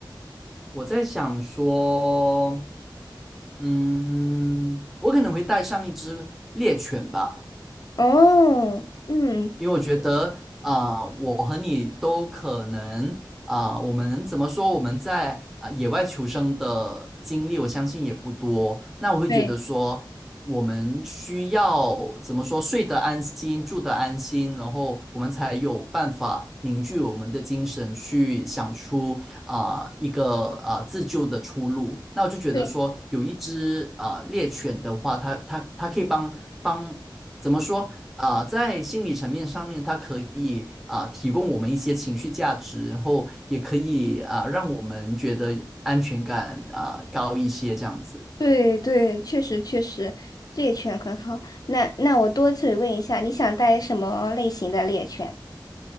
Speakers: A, in the centre; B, on the left.
A: 我在想说。嗯，我可能会带上一只猎犬吧。
B: 哦，嗯，
A: 因为我觉得啊、我和你都可能啊、我们怎么说？我们在啊、野外求生的经历，我相信也不多。那我会觉得说，
B: 对，
A: 我们需要怎么说？睡得安心，住得安心，然后我们才有办法凝聚我们的精神，去想出啊、一个啊、自救的出路。那我就觉得说，
B: 对，
A: 有一只啊、猎犬的话，它它它可以帮帮。怎么说？啊、在心理层面上面，它可以啊、提供我们一些情绪价值，然后也可以啊、让我们觉得安全感啊、高一些这样子。
B: 对，对，确实确实，猎犬很好。那那我多嘴问一下，你想带什么类型的猎犬？